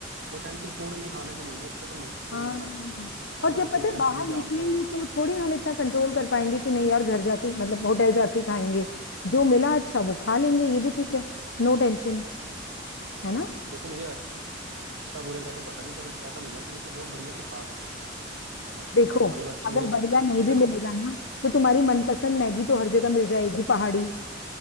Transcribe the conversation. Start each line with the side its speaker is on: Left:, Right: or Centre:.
Right: ऑथेंटिक फूड हमें खाने को मिल जाए उसका तो मजा
Left: हाँ
Right: ही बड़ा अगर
Left: और जब
Right: हम तुम्हें
Left: पता है
Right: ऐसा
Left: बाहर
Right: कोई जानता
Left: निकलेंगे
Right: हो वहाँ
Left: तो थोड़ी हम इतना कंट्रोल कर पाएंगे कि नहीं यार घर जाके ही- मतलब होटल जाके ही खाएंगे जो मिला अच्छा वो खा लेंगे ये भी ठीक है No tension है ना
Right: देखो मुझे अच्छा बुरे का तो पता नहीं पर ऐसा मिलना चाहिए कि जो बढ़िया से खा सके बस
Left: देखो
Right: मतलब अच्छे
Left: अगर
Right: बुरे
Left: बढ़िया
Right: का
Left: नहीं
Right: एक
Left: भी
Right: देखो
Left: मिलेगा ना तो तुम्हारी मनपसंद मैगी तो हर जगह मिल जाएगी पहाड़ी